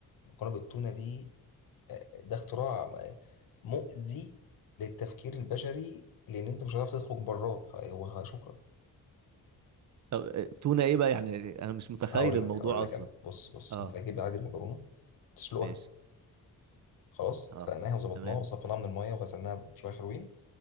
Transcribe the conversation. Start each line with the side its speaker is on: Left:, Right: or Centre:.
Left: المكرونه بالتونه دي آه، ده اختراع آه، مؤذي للتفكير البشري لان انت مش هتعرف تخرج براه هو شكرا
Right: طب آه، تونة ايه بقى يعني انا مش متخيل
Left: هقول
Right: الموضوع
Left: لك هقول لك
Right: اصلا
Left: انا بص بص
Right: اه
Left: انت هتجيب عادي المكرونه تسلقها
Right: ماشي
Left: خلاص
Right: اه
Left: سلقناها وظبطناها
Right: تمام
Left: وصفيناها من الميه وغسلناها بشويه حلوين